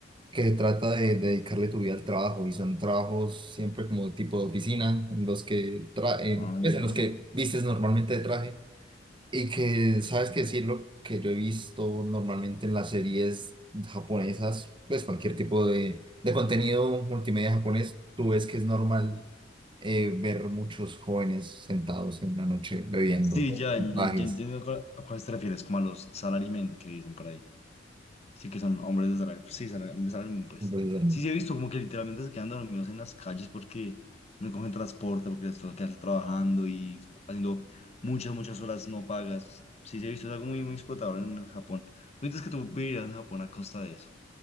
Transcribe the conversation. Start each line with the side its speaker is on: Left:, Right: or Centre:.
Right: que trata de, de dedicarle tu vida al trabajo y son trabajos siempre como de tipo de oficina, en los que, tra- en
Left: Ah,
Right: pues, en los que vistes normalmente de traje Y que, ¿sabes qué decirlo? Que yo he visto normalmente en las series japonesas, pues cualquier tipo de, de contenido multimedia japonés, tú ves que es normal eh, ver muchos jóvenes sentados en la noche bebiendo
Left: Sí, ya,
Right: bajes.
Left: ya, ya entiendo a cuál a cuáles te refieres, como a los salarymen que dicen por ahí. Sí, que son hombres de salario. Sí, salario- hombres salario, mínimo, pues.
Right: Entonces,
Left: Sí, sí, he visto como que literalmente se quedan dormidos en las calles porque no cogen transporte, porque les toca quedarse trabajando y haciendo muchas, muchas horas no pagas. Sí, sí, he visto, es algo muy, muy explotador en Japón. Tú dices que tú vivirías en Japón a costa de eso.